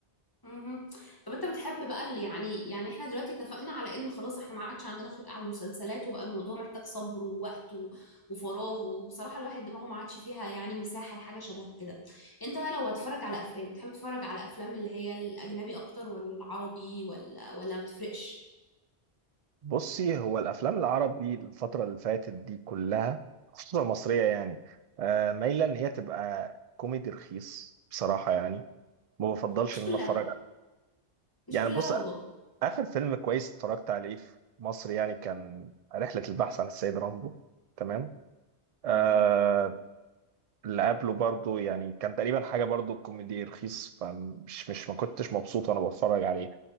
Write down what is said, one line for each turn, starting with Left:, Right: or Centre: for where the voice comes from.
Left: مهم. طب انت بتحب بقى اللي يعني يعني احنا دلوقتي اتفقنا على ان خلاص احنا ما عادش عندنا خلق على المسلسلات وبقى الموضوع محتاج صبر ووقت و- وفراغ وبصراحة الواحد دماغه ما عادش فيها يعني مساحة لحاجة شبه كده انت بقى لو هتتفرج على افلام تحب تتفرج على افلام اللي هي الاجنبي اكتر ولا العربي ولا ولا ما بتفرقش
Right: بصي هو الافلام العربي الفتره اللي فاتت دي كلها خصوصا المصريه يعني آه، مايله ان هي تبقى كوميدي رخيص بصراحه يعني ما بفضلش
Left: مش
Right: ان
Left: كلها
Right: انا اتفرج عليه
Left: مش
Right: يعني
Left: كلها
Right: بص
Left: والله
Right: اخر فيلم كويس اتفرجت عليه في مصر يعني كان رحله البحث عن السيد رامبو تمام آه
Left: مهم.
Right: اللي قبله برضو يعني كان تقريبا حاجه برضو كوميدي رخيص فمش مش ما كنتش مبسوط وانا بتفرج عليه